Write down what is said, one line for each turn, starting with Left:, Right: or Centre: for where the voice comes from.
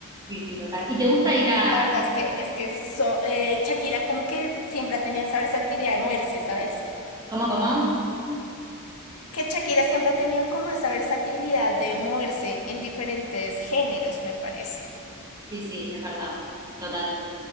Right: Sí, sí, total. ¿Y te gusta ir a...
Left: La verdad es que es que so- eh, Shakira como que siempre ha tenido esa versatilidad de moverse, ¿sabes?
Right: ¿Cómo, cómo?
Left: Que Shakira siempre ha tenido como esa versatilidad de moverse en diferentes géneros, me parece.
Right: Sí, sí, es verdad. Total.